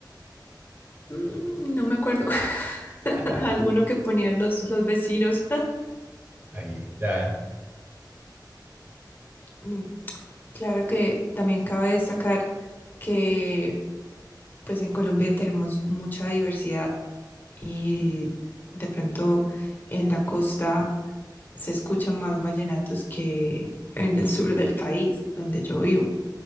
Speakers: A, on the left; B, on the right.
A: mm, no me acuerdo, <laughs>
B: Ah,
A: alguno que ponían los, los vecinos. <laughs>
B: ahí está.
A: Mm, Claro que también cabe destacar que pues en Colombia tenemos mucha diversidad y de pronto en la costa se escuchan más vallenatos que en el sur del país, donde yo vivo.